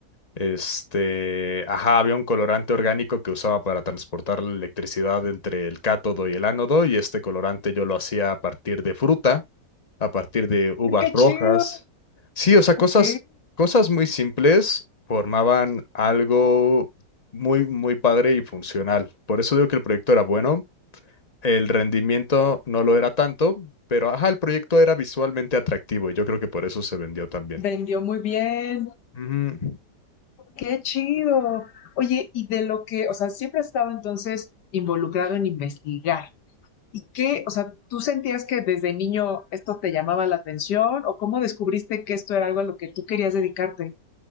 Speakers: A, on the left (about 30°); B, on the left (about 70°).
A: Este, ajá, había un colorante orgánico que usaba para transportar la electricidad entre el cátodo y el ánodo, y este colorante yo lo hacía a partir de fruta a partir de uvas
B: ¡Qué
A: rojas.
B: chido!
A: Sí, o sea, cosas,
B: Ok,
A: cosas muy simples formaban algo muy, muy padre y funcional. Por eso digo que el proyecto era bueno. El rendimiento no lo era tanto, pero ajá, el proyecto era visualmente atractivo y yo creo que por eso se vendió también.
B: vendió muy bien.
A: Ujú.
B: ¡Qué chido! Oye, y de lo que, o sea, siempre has estado entonces involucrado en investigar. ¿Y qué, o sea, tú sentías que desde niño esto te llamaba la atención o cómo descubriste que esto era algo a lo que tú querías dedicarte?